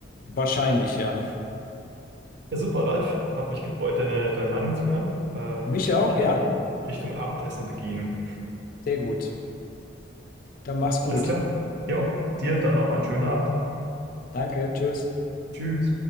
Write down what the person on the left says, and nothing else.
Wahrscheinlich, ja.
Mich
auch,
ja.
Sehr gut. Dann mach's
gut.
Danke, tschüss.